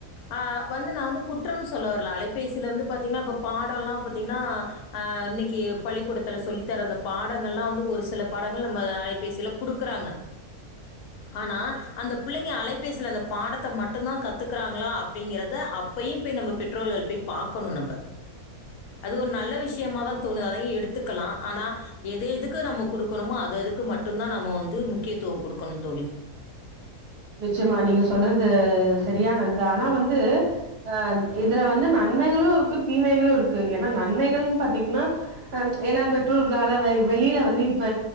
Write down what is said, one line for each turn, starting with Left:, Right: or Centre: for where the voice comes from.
Left: ஆ வந்து நா வந்து குற்றன் சொல்ல வரல அலைபேசியில வந்து பாத்தீங்கன்னா இப்ப பாடோலா பாத்தீங்கன்னா ஆ இன்னக்கி பள்ளிக்கூடத்துல சொல்லித்தர அந்த பாடங்கள்லா வந்து ஒரு சில பாடங்க நம்ம அலைபேசியில குடுக்குறாங்க ஆனா அந்த புள்ளைங்க அலைபேசில அந்த பாடத்த மட்டுந்தா கத்துக்கிறாங்களா அப்டிங்கிறது து அப்பையு போய் நம்ப பெற்றோர்கள் போய் பாக்கணு நம்ப அது ஒரு நல்ல விஷயமா தா தோணுது அதையு எடுத்துக்கலா ஆனா எது எதுக்கு நம்ம குடுக்கணுமோ அது அதுக்கு மட்டுந்தா நம்ம வந்து முக்கியத்துவ குடுக்கணு தோழி
Right: நிச்சயமா நீங்க சொல்றது சரியானது தா ஆனா வந்து அ இதுல வந்து நன் நன்மைகளு இருக்கு தீமைகளு இருக்கு ஏனா நன்மைகள்னு பாத்தீங்னா அ ஏனா பெற்றோர்களால வெளியில வந்து இப்ப